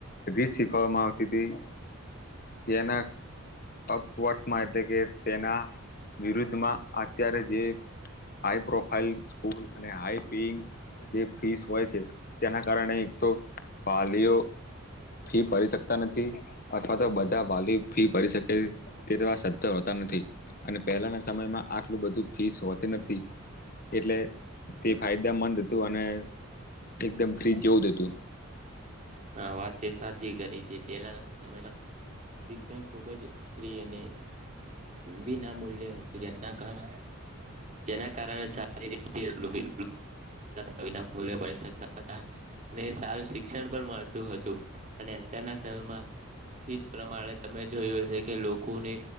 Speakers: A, on the left; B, on the right.
A: રીત શીખવામાં આવતી તી. તેના અપવર્કમાં એટલે કે તેના વિરુદ્ધમાં અત્યારે જે હાઈ પ્રોફાઈલ સ્કૂલ અને હાઈ પિંગસ જે ફીસ હોય છે તેના કારણે એક તો વાલીઓ ફી ભરી શકતા નથી અથવા તો બધા વાલી ફી ભરી શકે તે તેવા સધર હોતા નથ નથી. અને પહેલાના સમયમાં આટલું બધું ફીસ હોતે નથી. એટલે તે ફાયદામંદ હતું અને એકદમ ફ્રીજ જેવું જ હતું.
B: હા વાતે સાચી કરી જે પેલાના સમયમાં શિક્ષણ ખૂબ જ ફ્રી અને વિના મૂલ્યે હતું જેના કારણે જેના કારણે સારી રીતથી <inaudible> વિના મૂલ્યે ભણી શકતા તા. વે સારું શિક્ષણ પણ મળતું હતું અને અત્યારના સમયમાં ફિશ પ્રમાણે તમે જોયું હશે કે લોકોને